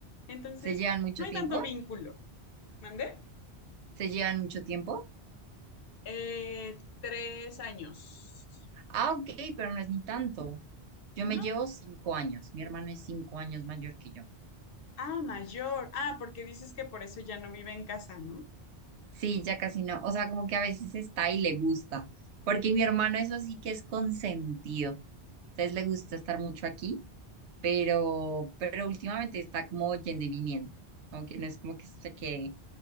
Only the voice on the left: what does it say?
entonces
no hay
tanto vínculo. ¿Mandé?
Eh, tres años.
No.
Ah, mayor. Ah, porque dices que por eso ya no vive en casa, ¿no?